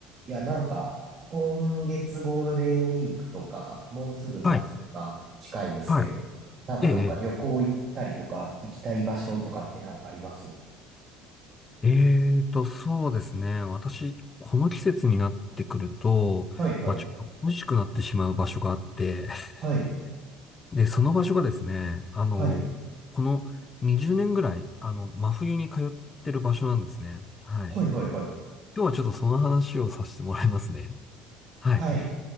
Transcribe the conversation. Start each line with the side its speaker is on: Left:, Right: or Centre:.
Right: いや、なんか、今月ゴールデンウィークとか、もうすぐ夏とか近いんですけど、
Left: はい。は
Right: なんかどっか旅行行ったりとか、
Left: い。ええ、
Right: 行きたい場所とかってなんかあります
Left: えええーと、そうですね。私、この季節になってくると、
Right: はいはい。
Left: まあ、ちょっと恋しくなってしまう場所があって、<laughs>
Right: はい。
Left: で、その場所がですね、あの、
Right: はい。
Left: この20年ぐらい、あの、真冬に通ってる場所なんですね。はい。
Right: はいはいはい。
Left: 今日はちょっとその話をさせてもらいますね。はい。
Right: はい。